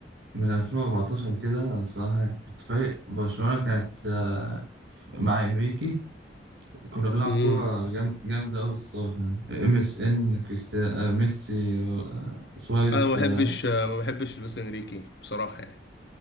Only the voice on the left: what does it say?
امم
انا ما بحبش
ما بحبش لويس انريكي بصراحه يعني